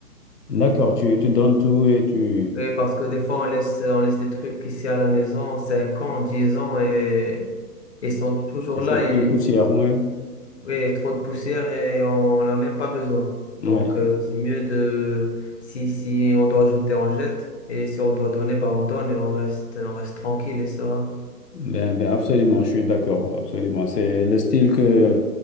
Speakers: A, on the left; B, on the left.
A: d'accord, tu, tu donnes tout et tu...
B: Oui, parce que des fois, on laisse, euh, on laisse des trucs ici à la maison, 5 ans, 10 ans, et ils sont toujours
A: et C'est
B: là
A: plein
B: Et
A: de poussière, oui.
B: Oui, trop de poussière et on n'en a même pas besoin. Donc,
A: Ouais.
B: euh, c'est mieux de, si, si on doit jeter, on jette. Et si on doit donner, bah, on donne et on reste, on reste tranquille et serein.
A: Ben, ben absolument, je suis d'accord, absolument. C'est le style que